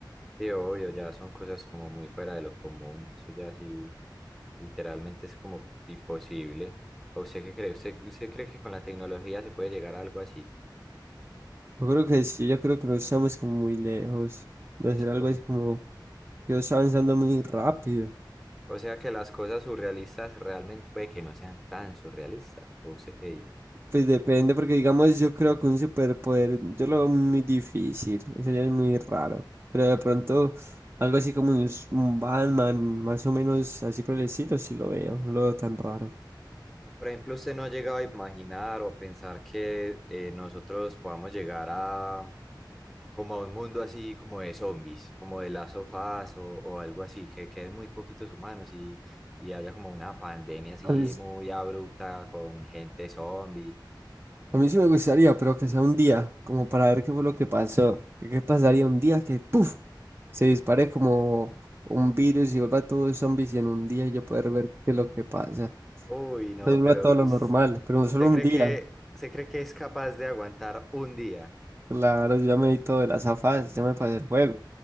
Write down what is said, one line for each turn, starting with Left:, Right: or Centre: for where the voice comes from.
Centre: Sí, obvio, ya son cosas como muy fuera de lo común, eso ya sí, literalmente es como imposible. ¿O usted qué cree? ¿Usted, usted cree que con la tecnología se puede llegar a algo así?
Right: Yo creo que sí, yo creo que no estamos como muy lejos de hacer algo
Centre: O
Right: así
Centre: se-
Right: como Yo estoy avanzando muy rápido.
Centre: o sea, que las cosas surrealistas realmente puede que no sean tan surrealistas, ¿o usted qué dice?
Right: Pues depende, porque digamos, yo creo que un superpoder, yo lo veo muy difícil, eso ya es muy raro. Pero de pronto, algo así como un, s- un Batman, más o menos así por el estilo, sí lo veo, no lo veo tan raro.
Centre: O, Por ejemplo, usted no ha llegado a imaginar o a pensar que eh, nosotros podamos llegar a como a un mundo así como de zombies, como de las sofás o, o algo así, que queden muy poquitos humanos y, y haya como una pandemia así
Right: A mí, s-
Centre: muy abrupta con gente zombie.
Right: a mí sí me gustaría, pero que sea un día, como para ver qué fue lo que pasó. ¿Qué qué pasaría un día que, ¡puf! se dispare como un virus y vuelva todos zombies y en un día yo poder ver qué es lo que pasa.
Centre: Uy, no,
Right: Entonces
Centre: pero
Right: vuelva todo lo
Centre: us-
Right: normal, pero no solo
Centre: ¿usted
Right: un
Centre: cree
Right: día.
Centre: que, se cree que es capaz de aguantar un día?
Right: Claro, yo ya me vi todo de las afas, ya me pasé el juego.